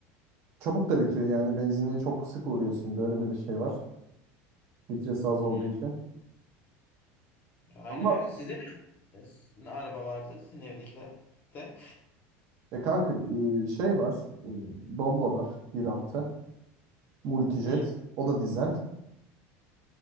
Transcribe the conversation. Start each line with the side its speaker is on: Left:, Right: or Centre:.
Right: Çabuk da bitiyor yani benzinliğe çok sık uğruyorsun. Böyle de bir şey var. Litresi az
Left: Hı.
Right: olduğu için.
Left: Aynen
Right: Ama
Left: öyle. Sizde ne, e, s- ne araba vardı? Sizin evdekiler de.
Right: e kanka e, şey var. E, Doblo var bir altı, Multijet.
Left: Hı.
Right: O da dizel.